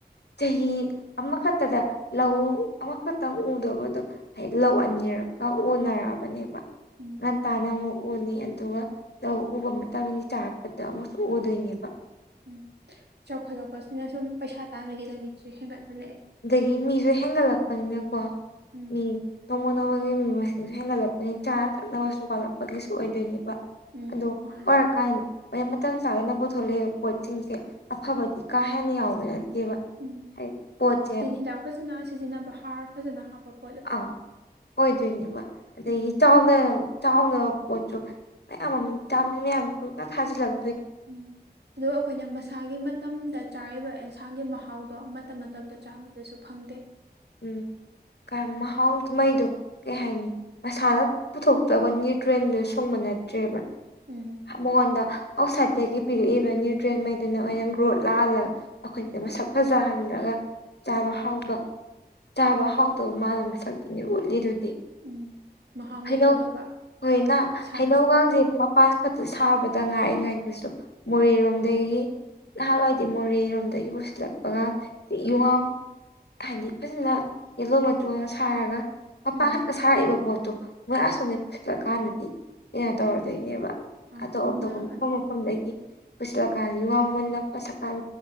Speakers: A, on the left; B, on the right.
A: ꯆꯍꯤ ꯑꯃꯈꯛ ꯇꯗ ꯂꯧꯎ ꯑꯃꯈꯛꯇꯪ ꯎꯗꯧꯕꯗꯨ ꯍꯥꯏ ꯂꯧ ꯑꯥꯅꯤꯔꯛꯀ ꯎꯅꯔꯛꯑꯕꯅꯦꯕ
B: ꯎꯝ
A: ꯉꯟꯇꯥꯅ ꯑꯃꯨꯛ ꯎꯅꯤ ꯑꯗꯨꯒ ꯂꯧ ꯎꯕ ꯃꯇꯝꯒꯤ ꯆꯥꯛꯄꯗ ꯑꯃꯨꯛꯁꯨ ꯎꯗꯣꯏꯅꯦꯕ
B: ꯎꯝ ꯆꯥꯎꯈꯠꯂꯛꯄꯁꯤꯅ ꯁꯨꯝ ꯄꯩꯁꯥ ꯇꯥꯟꯕꯒꯤ ꯂꯝꯕꯤꯠꯆꯨ ꯍꯦꯟꯒꯠꯍꯜꯂꯛꯑꯦ
A: ꯗꯒꯤ ꯃꯤꯁꯨ ꯍꯦꯡꯒꯠꯂꯛꯄꯅꯤꯅꯀꯣ
B: ꯎꯝ
A: ꯃꯤ ꯅꯣꯡꯃ ꯅꯣꯡꯃꯒꯤ ꯃꯤ ꯃꯁꯤꯡ ꯍꯦꯡꯒꯠꯂꯛꯄꯅꯤ ꯆꯥ ꯊꯛꯅꯕꯁꯨ ꯋꯥꯠꯂꯛꯄꯒꯤꯁꯨ ꯑꯣꯏꯗꯣꯏꯅꯦꯕ
B: ꯎꯝ
A: ꯑꯗꯨ
B: ꯃꯥꯅꯦ
A: ꯑꯣꯏꯔꯛꯀꯟ ꯃꯦ ꯃꯇꯝ ꯆꯥꯗꯅ ꯄꯨꯊꯣꯛꯂꯏꯕ ꯄꯣꯠꯁꯤꯡꯁꯦ ꯑꯐꯕꯗꯤ ꯀꯥ ꯍꯦꯟꯅ ꯌꯥꯎꯕ ꯅꯠꯇꯦꯕ
B: ꯎꯝ
A: ꯍꯥꯏꯗꯤ ꯄꯣꯠꯁꯦ
B: ꯇꯤꯟ ꯍꯤꯗꯥꯛ ꯐꯖꯅ ꯁꯤꯖꯤꯟꯅꯕ ꯍꯥꯔ ꯐꯖꯅ ꯍꯥꯞꯄꯞ
A: ꯑꯥ ꯑꯣꯏꯗꯣꯏꯅꯤꯕ ꯑꯗꯩ
B: ꯎꯝ
A: ꯆꯥꯎꯅ ꯆꯥꯎꯅꯕ ꯄꯣꯠꯁꯨ ꯃꯌꯥꯝ ꯑꯃꯝ ꯇꯥꯃꯤꯅꯦꯝ ꯄꯨꯨꯡꯇ ꯊꯥꯖꯤꯜꯂꯛ
B: ꯎꯝ ꯑꯗꯨꯒ ꯑꯩꯈꯣꯏꯅ ꯃꯁꯥꯒꯤ ꯃꯇꯝꯗ ꯆꯥꯔꯤꯕ ꯑꯦꯟꯁꯥꯡꯒꯤ ꯃꯍꯥꯎꯗꯣ ꯃꯠ ꯇꯞꯅ ꯇꯞꯅ ꯆꯥꯕꯗꯁꯨ ꯐꯪꯗꯦ꯫
A: ꯎꯝ ꯀ-ꯃꯍꯥꯎꯗꯨ ꯃꯩꯗꯨ ꯀꯩ ꯍꯥꯏꯅꯤ ꯃꯁꯥꯅ ꯄꯨꯊꯣꯛꯇꯕ ꯅ꯭ꯌꯨꯇ꯭ꯔꯦꯟꯗꯨ ꯁꯨꯡꯕ ꯅꯠꯇ꯭ꯔꯦꯕ꯫
B: ꯎꯝ꯫
A: ꯃꯉꯣꯟꯗ ꯑꯥꯎꯠꯁꯥꯏꯠꯇꯒꯤ ꯄꯤꯔꯛꯏꯕ ꯅ꯭ꯌꯨꯇ꯭ꯔꯦꯟꯃꯩꯗꯨꯅ ꯑꯣꯏꯅ ꯒ꯭ꯔꯣꯠ ꯂꯥꯍꯜꯂ ꯑꯈꯣꯏꯗ ꯃꯁꯛ ꯐꯖꯍꯟꯗ꯭ꯔꯒ ꯆꯥꯕ ꯍꯥꯎꯕ ꯆꯥꯕ ꯍꯥꯎꯗꯧ ꯃꯥꯟꯕ ꯃꯁꯛꯇꯨꯅꯤ ꯎꯠꯂꯤꯗꯨꯗꯤ꯫
B: ꯎꯝ ꯃꯍꯥꯎꯅ
A: ꯍꯩꯅꯧ
B: ꯌꯧꯗꯕ
A: ꯍꯣꯏꯅꯥ
B: ꯏꯁꯥꯗꯁꯨ
A: ꯍꯩꯅꯧꯒꯥꯡꯁꯦ
B: ꯐꯠꯇꯦ
A: ꯃꯞ ꯄꯥꯟ ꯈꯛꯇ ꯁꯥꯕꯗ ꯉꯥꯏꯔꯤꯉꯩꯗꯁꯨ ꯃꯣꯔꯦꯔꯣꯝꯗꯒꯤ ꯅꯍꯥꯟꯋꯥꯏꯗꯤ ꯃꯣꯔꯦꯔꯣꯝꯗꯒꯤ ꯄꯨꯁꯤꯜꯂꯛꯄꯒ ꯁꯤ ꯌꯣꯡꯌꯥꯝ
B: ꯎꯝ
A: ꯍꯥꯏꯗꯤ ꯐꯖꯅ ꯌꯦꯜꯂꯣ ꯃꯆꯨꯒꯥꯡ ꯁꯥꯔꯒ ꯃꯄꯥ
B: ꯎꯝ
A: ꯈꯛꯇ ꯁꯥꯔꯛꯏꯕ ꯄꯣꯠꯇꯣ ꯃꯣꯏ ꯑꯁꯣꯝꯗꯩ ꯄꯨꯁꯤꯜꯂꯛꯀꯥꯟꯗꯗꯤ ꯀꯩꯅꯣ ꯇꯧꯔꯗꯣꯏꯅꯦꯕ꯫
B: ꯑꯪ
A: ꯑꯇꯣꯞ
B: ꯃꯨꯟꯅ
A: ꯑꯇꯣꯞꯄ ꯃꯐꯝ
B: ꯑꯗꯨꯝ
A: ꯃꯐꯝꯗꯒꯤ ꯄꯨꯁꯤꯜꯂꯀꯥꯟ ꯌꯣꯌꯥꯝ ꯃꯨꯟꯅ ꯃꯁꯛꯀꯥꯟ